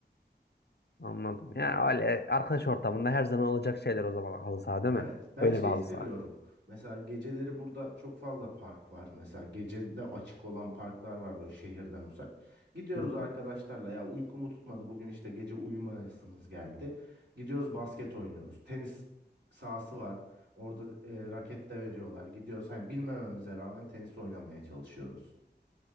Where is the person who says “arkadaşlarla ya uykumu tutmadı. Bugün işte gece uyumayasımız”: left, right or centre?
Right